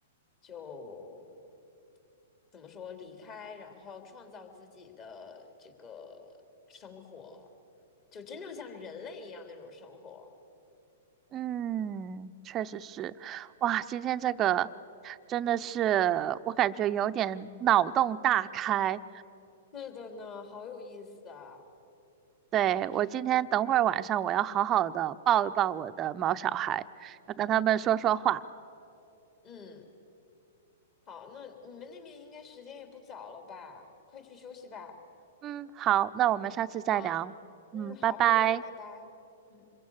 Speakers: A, on the left (about 35°); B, on the right (about 30°).
A: 就怎么说离开，然后创造自己的这个生活，就真正像人类一样那种生活。
B: 嗯，确实是，哇，今天这个真的是我感觉有点脑洞大开。
A: 是的呢，好有意思啊。
B: 对，我今天等会儿晚上我要好好的抱一抱我的毛小孩，要跟他们说说话。
A: 嗯，好，那你们那边应该时间也不早了吧？快去休息吧。
B: 嗯，好，那我们下次再聊。
A: 好，嗯，
B: 嗯，
A: 好，
B: 拜拜。
A: 回聊，拜拜。嗯。